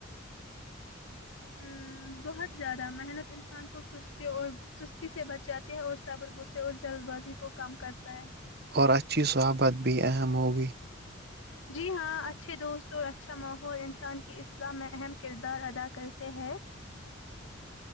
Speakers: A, on the left (about 80°); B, on the right (about 55°).
A: ام،
B: <inaudible>
A: بہت زیادہ محنت انسان کو سستی اور سستی سے بچاتی ہے اور صبر غسے اور جلد بازی کو کم کرتا ہے
B: اور اچھی صحبت بھی اہم ہوگی
A: جی ہاں اچھے دوست اور اچھا ماحول انسان کی اسلاح میں اہم کردار ادا کرتے ہے